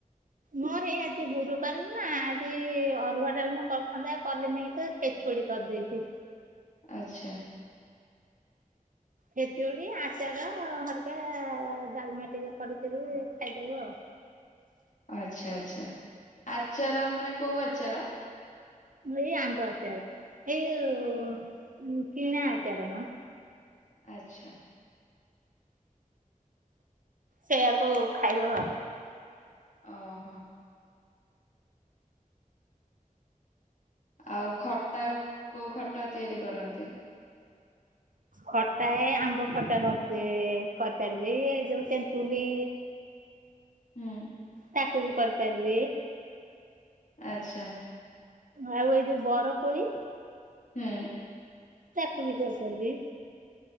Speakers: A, on the right; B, on the left.
A: ହଁ ହେଇ ଆଜି ଗୁରୁ ବାର ନା ଆଜି ଅରୁଆ ଡାଲ କରିଥାନ୍ତା ଆଉ କଲି ନାଇଁ ତ ସେ ଖୁଡି କରି ଦେଇଛି।
B: ଆଚ୍ଛା।
A: ଖେଚୁଡି ଆଚାର ହରିକା ଡାଲମା ଟିକେ କରିକିରି ଖାଇଦେଲୁ ଆଉ।
B: ଆଚ୍ଛା ଆଚ୍ଛା ଆଚାର ମାନେ କୋଉ ଆଚାର?
A: ଏଇ ଆମ୍ବ ଅଚାର ଏଇ କିଣା ଅଚାର
B: ଆଚ୍ଛା।
A: ସେଇଆକୁ ଖାଇହବ
B: ଅ ହଁ। ଆଉ ଖଟା କୋଉ ଖଟା ତିଆରି କରନ୍ତି? <inaudible>
A: ଖଟା ଏ ଆମ୍ବ ଖଟା କରଛି କରିପାରିବି ଏ ଯୋଉ ତେନ୍ତୁଲି
B: ହୁଁ।
A: ତାକୁ ବି କରିପାରିବି।
B: ଆଚ୍ଛା।
A: ଆଉ ଏଇ ଯୋଉ ବରକୋଳି
B: ହୁଁ।
A: ତାକ ବି କରିପାରିବି।